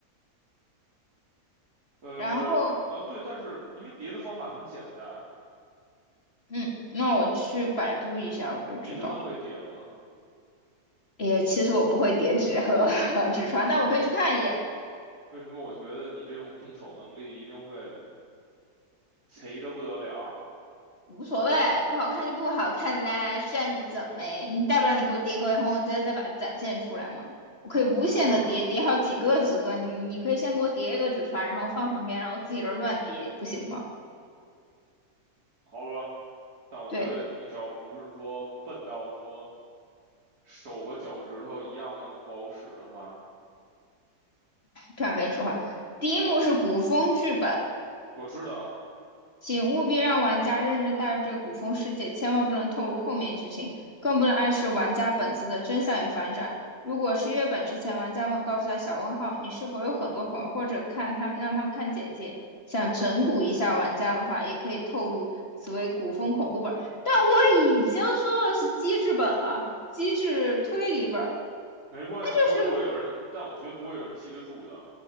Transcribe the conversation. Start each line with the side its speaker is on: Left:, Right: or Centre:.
Right: 呃，
Left: 然后
Right: 哦对，但是因为叠的方法很简单，
Left: 嗯，那我去百度一下我就知道了
Right: 你真的会叠吗？
Left: 也其实我不会叠纸和 <laughs> 和纸船，
Right: 对，
Left: 但我可以去看一眼。
Right: 为什么我觉得你这种动手能力一定会贼的不得了啊？
Left: 无所谓，不好看就不好看啦，需要你怎么你大不了你给我叠个，然后我再再把它展现出来嘛。我可以无限的叠，
Right: 行啊。
Left: 叠好几个纸盒，你你可以先给我叠一个纸船，然后放旁边，然后自己那这儿乱叠，不行吗？
Right: 好吧，但我觉得你只要不是说笨到说
Left: 对，
Right: 手和脚趾头一样那么不好使的话，
Left: 不想跟你说话。第一幕是古风剧本，
Right: 好吧，我知道，
Left: 请务必让玩家认真带入这个古风世界，千万不能透露后面剧情，更不能暗示玩家本子的真相与反转。如果是月本之前，玩家问告诉他小问号，你是否有很多朋友，或者看他们让他们看简介，想整蛊一下玩家的话，也可以透露此为古风恐怖本。但我已经说了是机制本了，机制推理本儿，
Right: 没关系，
Left: 那就是
Right: 我估计不会有人，但我觉得不会有人记得住的。